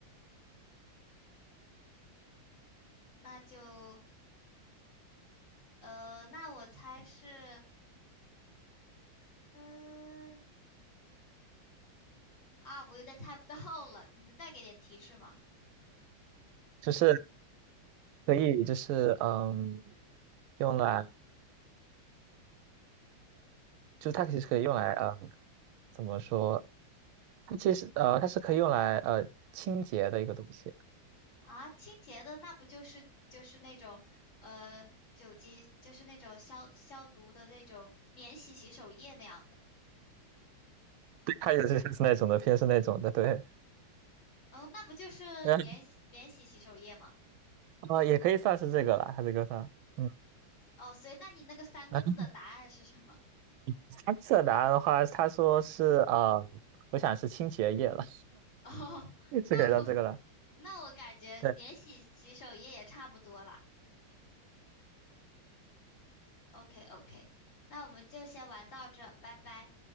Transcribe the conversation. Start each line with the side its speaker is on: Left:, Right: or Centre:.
Left: 那就，呃，那我猜是，嗯、啊，我有点猜不到了，你能再给点提示吗？
Right: 就是。可以就是嗯，用来，就它其实可以用来嗯，怎么说？它其实呃，它是可以用来呃清洁的一个东西。
Left: 啊，清洁的那不就是就是那种，呃，酒精就是那种消消毒的那种免洗洗手液那样的，
Right: 对，它也是是那种的，偏是那种的，对
Left: 嗯，那不就是免洗免洗洗手液吗？
Right: <laughs>。嗯，呃，也可以算是这个了，它这个算。嗯，
Left: 哦，所以那你那个三个字的答案是什么？
Right: 然后三次答案的话，他说是呃，我想是清洁液了，
Left: <laughs> 哦，
Right: <laughs>
Left: 那我
Right: 是可以当这个了。
Left: 那我感觉免洗洗手液也差不多啦。
Right: 对。
Left: OK OK，那我们就先玩到这，拜拜。